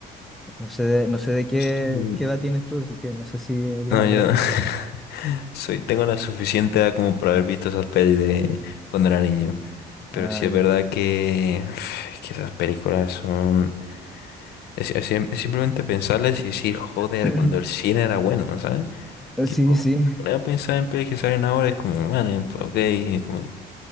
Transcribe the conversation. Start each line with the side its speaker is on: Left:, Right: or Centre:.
Centre: No sé de, no sé de qué,
Left: Sí.
Centre: qué edad tienes tú, así que no sé si las
Left: No,
Centre: habrás
Left: yo
Centre: visto.
Left: <laughs> soy, tengo la suficiente edad como para haber visto esas pelis de cuando era niño. Pero
Centre: Ah,
Left: sí es
Centre: ya.
Left: verdad que, <sighs> que esas películas son... es- es sim- es simplemente pensarles y decir, joder,
Centre: <clears throat>
Left: cuando el cine era bueno, ¿sabes? Tipo,
Centre: Sí, sí,
Left: te pones a pensar en pelis que salen ahora, es como, man, pues ok, es como...